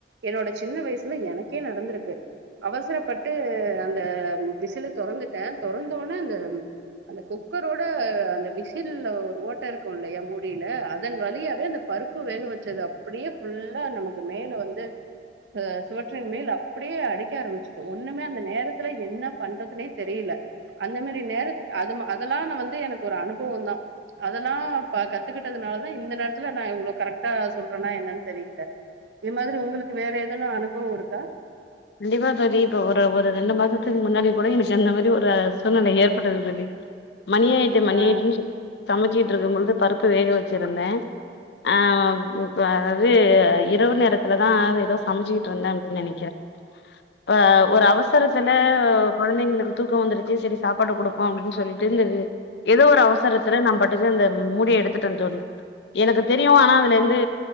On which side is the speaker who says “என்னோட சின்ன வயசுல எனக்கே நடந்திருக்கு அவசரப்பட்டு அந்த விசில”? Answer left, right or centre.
Right